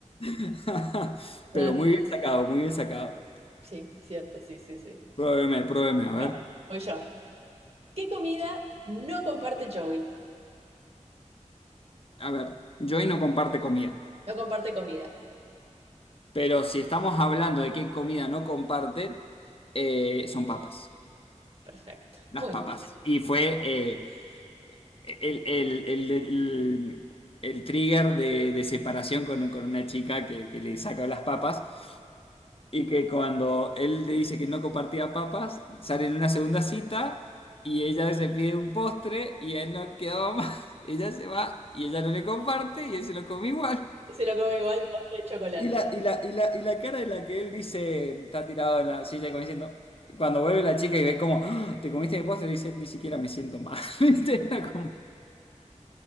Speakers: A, on the left; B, on the right.
A: <laughs>
B: No,
A: Pero
B: no,
A: muy bien sacado,
B: no.
A: muy bien sacado.
B: sí, cierto, sí, sí, sí.
A: Pruébeme, pruébeme, a ver.
B: Yo, voy yo. ¿Qué comida no comparte Joey?
A: A ver, Joy no comparte comida.
B: No comparte comida.
A: Pero si estamos hablando de qué comida no comparte, eh, son papas.
B: Perfecto.
A: Las
B: Muy
A: papas.
B: bien.
A: Y fue eh, el, el- el- el- el trigger de, de separación con, con una chica que, que le sacó las papas. Y que cuando él le dice que no compartía papas, salen en una segunda cita y ella se pide un postre y a él no quedaba más. <laughs> Ella se va y ella no le comparte y él se lo come igual.
B: Se lo come igual, postre de chocolate.
A: Y la, y la, y la, y la cara de la que él dice, está tirado en la silla como diciendo, cuando vuelve la chica y ve como, "Ah, te comiste mi postre, dice, ni siquiera me siento mal. <laughs> ¿Viste? Era como-